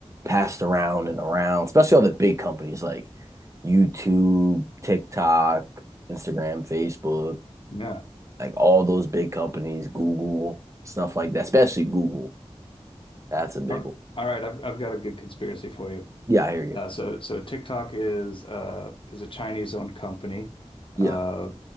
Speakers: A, on the right (about 25°); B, on the left (about 50°).
A: passed around and around especially all the big companies like YouTube TikTok Instagram Facebook
B: Yeah.
A: like all those big companies Google stuff like that especially Google that's a big
B: All
A: one
B: all right, I've I've got a good conspiracy for you.
A: yeah I hear you
B: Uh, so so TikTok is uh is a Chinese-owned company.
A: yeah
B: Uh,